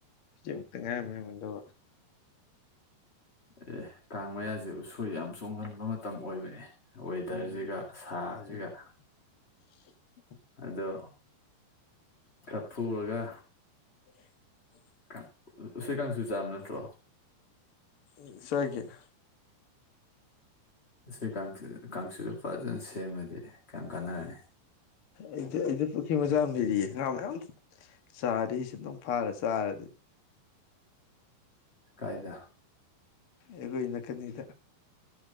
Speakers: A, on the left; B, on the left.
A: ꯄꯤꯖꯡ ꯉꯥꯛꯇ ꯉꯥꯏꯔꯝꯃꯗꯤ <unintelligible>
B: ꯑꯦ ꯀꯥꯡ ꯃꯌꯥꯖꯦ ꯎꯁꯣꯏ ꯌꯥꯝ ꯆꯣꯡꯒꯟꯕ ꯃꯇꯝ ꯑꯣꯏꯕꯅꯦ ꯋꯦꯗꯔꯖꯤꯒ
A: ꯎꯝ
B: ꯁꯥꯕꯖꯤꯒ
A: ꯎꯝ <inaudible>
B: ꯑꯗꯣ ꯈꯔ ꯐꯨꯛꯎꯔꯒ
A: <inaudible>
B: ꯑ ꯎꯁꯣꯏ ꯀꯥꯡꯁꯨ ꯆꯥꯕ ꯅꯠꯇ꯭ꯔꯣ꯫
A: ꯎꯪ ꯆꯥꯒꯦꯅ
B: ꯎꯁꯣꯏ ꯀꯥꯡꯁꯨ ꯀꯥꯡꯁꯨꯗꯨ ꯐꯖꯅ ꯁꯦꯝꯃꯗꯤ ꯀꯌꯥꯝ ꯀꯥꯟꯅꯔꯅꯤ꯫
A: ꯑꯩꯗ ꯑꯩꯗ ꯄꯨꯈ꯭ꯔꯤ ꯃꯆꯥ ꯑꯃ ꯂꯩꯔꯤꯌꯦ ꯉꯥ ꯃꯌꯥꯝ ꯆꯥꯔꯦꯁꯤ ꯑꯃꯨꯛꯇꯪ ꯐꯥꯔ ꯆꯥꯔꯗꯤ
B: ꯀꯥꯏꯗ
A: ꯑꯩꯒꯣꯏ ꯅꯥꯀꯟꯅꯤꯗ